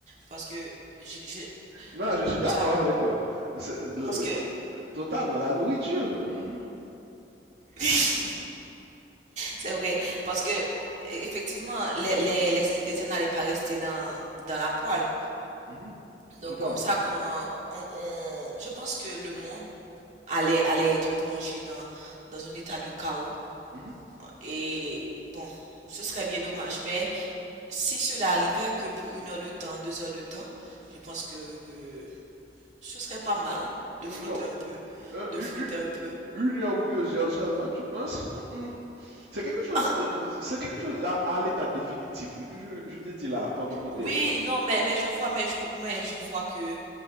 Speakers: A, on the right (about 40°); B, on the right (about 70°).
A: Parce que, je, je,
B: Non, je suis d'accord
A: ça,
B: avec toi. C'est- le-
A: parce
B: euh,
A: que,
B: Totalement, la nourriture. Mhm,
A: <laughs> C'est vrai, parce que effectivement, les, les, les ingrédients n'allaient pas rester dans, dans la poêle.
B: mhm,
A: Donc
B: totalement.
A: comme ça, comment on, on- je pense que le monde allait, allait être plongé dans, dans un état de chaos.
B: Mhm,
A: Et bon, ce serait bien dommage. Mais si cela arrivait que pour une heure de temps, deux heures de temps, je pense que, que ce serait pas mal
B: mhm,
A: de flotter
B: non,
A: un peu,
B: Euh,
A: de
B: u-
A: flotter
B: u-
A: un peu.
B: une heure ou deux heures seulement, tu penses? Mm, mm. C'est quelque chose,
A: Ah,
B: euh, euh, c'est quelque chose à, à l'état définitif, oui, que je, je te dis là, comme hypothèse.
A: oui, non, mais, mais je vois, mais je, mais je vois que